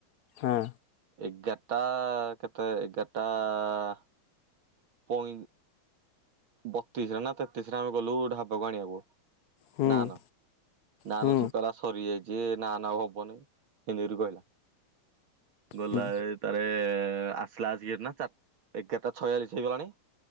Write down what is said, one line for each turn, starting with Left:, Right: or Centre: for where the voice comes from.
Left: ହଁ
Right: ଏଗାରଟା ଟା କେତେ ଏଗାରଟାଆ ପଇ ବତିଶ ରେ ନା ତେତିଶରେ ଆମେ ଗଲୁ ଢାବାକୁ ଆଣିବାକୁ
Left: ହୁଁ
Right: ନାନ ନାନ
Left: ହୁଁ
Right: ସେ କହିଲା ସରିଯାଇଛି ଯିଏ ନାନ ଆଉ ହବନି ହିନ୍ଦୀରୁ କହିଲା ଗଲାବେଳେ
Left: ହୁଁ
Right: ତାରେ ଆସିଲା ଆସିକିନା ଚାର ଏଗାରଟା ଛୟାଳିଶ ହେଇଗଲାଣି